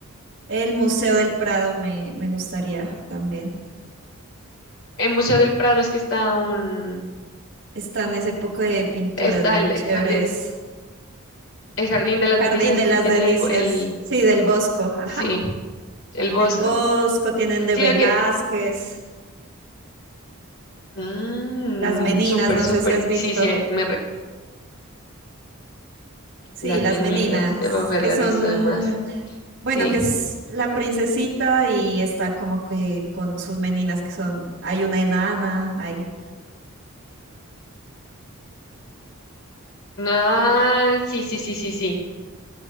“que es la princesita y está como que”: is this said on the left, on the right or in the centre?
Right